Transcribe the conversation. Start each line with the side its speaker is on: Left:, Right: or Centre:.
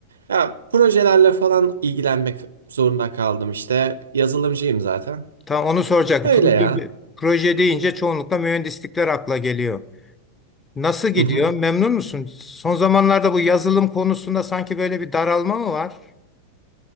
Right: Ya projelerle falan ilgilenmek zorunda kaldım işte. Yazılımcıyım zaten.
Left: Tam onu soracaktım.
Right: Öyle
Left: Proje,
Right: ya.
Left: proje deyince çoğunlukla mühendislikler akla geliyor. Nasıl gidiyor?
Right: Hı hı.
Left: Memnun musun? Son zamanlarda bu yazılım konusunda sanki böyle bir daralma mı var?